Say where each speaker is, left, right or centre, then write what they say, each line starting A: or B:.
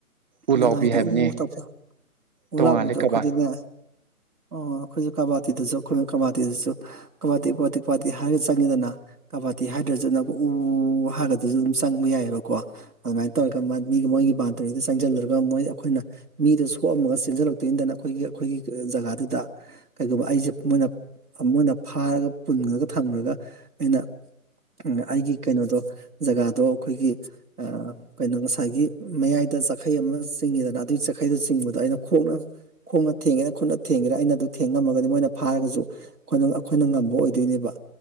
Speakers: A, on the right (about 30°); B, on the right (about 80°).
A: ꯎ
B: ꯅꯪ
A: ꯂꯥꯎꯕꯤ
B: ꯍꯥꯏꯗꯣ
A: ꯍꯥꯏꯕꯅꯦ
B: ꯎꯨ ꯇꯧꯗ‌ꯣ ꯎ
A: ꯇꯣꯡꯉꯥꯜꯂꯦ
B: ꯂꯥꯎꯕꯤꯗꯣ ꯑꯩꯈꯣꯏꯗꯤꯅꯦ
A: ꯀꯕꯥ
B: ꯑꯣ ꯑꯩꯈꯣꯏꯁꯨ ꯀꯕꯥꯇꯗꯁꯨ ꯑꯩꯈꯣꯏ ꯀꯕꯥꯇꯗꯤꯗꯁꯨ ꯀꯋꯥꯇꯤ ꯀꯇꯤ ꯀꯋꯥꯇꯤ ꯍꯥꯏꯔ ꯆꯪꯉꯗꯅ ꯀꯕꯥꯇꯤ ꯍꯥꯏꯗ꯭ꯔꯁꯨꯅ ꯎ ꯍꯥꯏꯒꯗꯁꯨ ꯑꯗꯨꯝ ꯆꯪꯕ ꯌꯥꯏꯑꯕꯀꯣ ꯑꯗꯨꯃꯥꯏꯅ ꯇꯧꯔꯒ ꯃꯤꯒꯤ ꯃꯣꯏꯒꯤ ꯄꯥꯟꯗꯔꯤꯗꯨ ꯆꯪꯖꯜꯂꯨꯔꯒ ꯃꯣꯏ ꯑꯩꯈꯣꯏꯅ ꯃꯤꯗꯣ ꯁꯣꯛꯑꯝꯃꯒ ꯆꯦꯟꯁꯤꯜꯂꯛꯇꯣꯏꯅꯤꯗꯅ ꯑꯩꯈꯣꯏꯒꯤ ꯑꯩꯈꯣꯏꯒꯤ ꯖꯒꯥꯗꯨꯗ ꯀꯩꯒꯨꯝꯕ ꯑꯩꯁꯦ ꯃꯣꯏꯅ ꯃꯣꯏꯅ ꯐꯥꯔꯒ ꯄꯨꯟꯒꯔꯒ ꯊꯝꯒꯔꯒ ꯑꯩꯅ ꯎ ꯑꯩꯒꯤ ꯀꯩꯅꯣꯗꯣ ꯖꯒꯥꯗꯣ ꯑꯩꯈꯣꯏꯒꯤ ꯑ ꯀꯩꯅꯣ ꯉꯁꯥꯏꯒꯤ ꯃꯌꯥꯏꯗ ꯆꯈꯩ ꯑꯃ ꯆꯤꯡꯉꯤꯗꯅ ꯑꯗꯨꯒꯤ ꯆꯈꯩꯗ ꯆꯤꯡꯕꯗꯣ ꯑꯩꯅ ꯈꯣꯡꯅ ꯈꯣꯡꯅ ꯊꯦꯡꯒꯦꯔꯥ ꯈꯨꯠꯅ ꯊꯦꯡꯒꯦꯔꯥ ꯑꯩꯅ ꯑꯗꯨ ꯊꯦꯡꯉꯝꯃꯒꯗꯤ ꯃꯣꯏꯅ ꯐꯥꯔꯒꯖꯨ ꯑꯩꯈꯣꯏꯅ ꯑꯩꯈꯣꯏꯅ ꯉꯝꯕ ꯑꯣꯏꯗꯣꯏꯅꯦꯕ